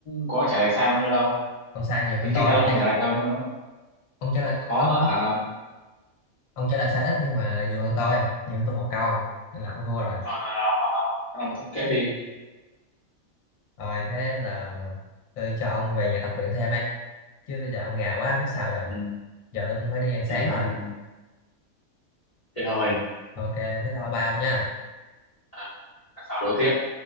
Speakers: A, on the left; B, on the left.
A: có trả lời sai bao nhiêu đâu.
B: ông sai nhiều hơn
A: Tính
B: tôi
A: tính ra tôi
B: là
A: không
B: chắc
A: trả lời sai bao nhiêu đâu.
B: ông trả lời
A: Có
B: ông không
A: hả?
B: ông trả lời sai ít nhưng mà là nhiều hơn tôi nhiều hơn tôi một câu nên là ông thua rồi
A: Rồi rồi rồi, ông, ông, ông thống kết đi.
B: rồi thế giờ tôi cho ông về nhà tập luyện thêm ấy chứ bây giờ ông gà quá biết sao giờ
A: Ừ.
B: giờ tôi cũng phải đi ăn sáng
A: Ừ.
B: rồi
A: Ừ. Thế thôi.
B: ok thế thôi bye ông nha
A: à, các pháo đố tiếp